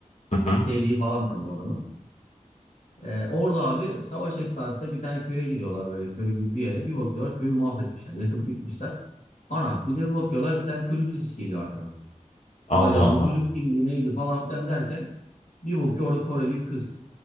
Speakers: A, on the left; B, on the left.
A: hı hı.
B: Sevdiği falan var bu adamın. Ee, orada abi savaş esnasında bir tane köye giriyorlar böyle köy gibi bir yere. Bir bakıyorlar köyü mahvetmişler. Yakıp bitmişler. Ana bir de bir bakıyorlar bir tane çocuk sesi geliyor arkadan.
A: Allah
B: Hayda
A: Allah.
B: bu çocuk kimdi neydi falan filan derken bir bakıyor orada Koreli bir kız.